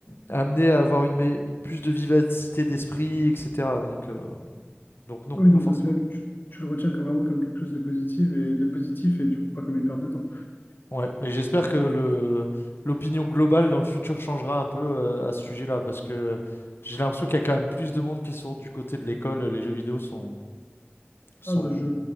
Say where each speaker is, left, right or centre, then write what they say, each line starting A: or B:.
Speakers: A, on the left; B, on the left.
A: amené à avoir une, me- plus de vivacité d'esprit, etc. Donc, euh, donc non,
B: Oui,
A: pas
B: donc
A: forcément.
B: au final, tu, tu le retiens comme vraiment comme quelque chose de positif et de positif et du coup pas comme une perte de temps.
A: Ouais, mais j'espère que le l'opinion globale dans le futur changera un peu euh, à ce sujet-là, parce que j'ai l'impression qu'il y a quand même plus de monde qui sont du côté de l'école. Les jeux vidéo sont, sont,
B: Ah bah je,